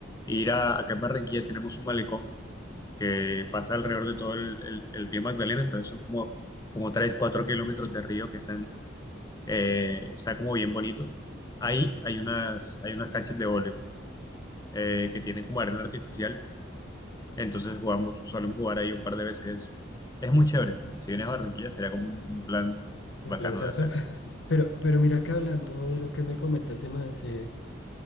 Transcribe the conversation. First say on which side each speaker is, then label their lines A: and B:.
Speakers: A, on the left; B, on the left.
A: ir a, acá en Barranquilla tenemos un malecón que pasa alrededor de todo el, el- el río Magdalena, entonces son como, como 3 4 kilómetros de río que están, eh, está como bien bonito. Ahí hay unas, hay unas canchas de voleibol eh, que tienen como arena artificial, entonces jugamos, solemos jugar ahí un par de veces. Es muy chévere. Si vienes a Barranquilla sería como un plan
B: Un
A: bacano
B: planzazo.
A: de hacer.
B: <laughs> Pero, pero mira que hablando de lo que me comentas, se me hace